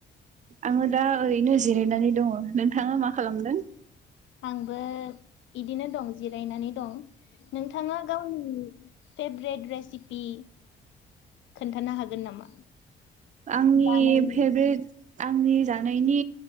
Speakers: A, on the right; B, on the left.
A: आङो दा ओरैनो जिरायनानै दङ नोंथाङा मा खालामदों।
B: आंबो इदिनो दं जिरायनानै दं। नोंथाङा गावनि। फेभ्रेट रेसिपि खोन्थानो हागोन नामा।
A: आंनि
B: जानायनि
A: फेभेट आंनि जा नि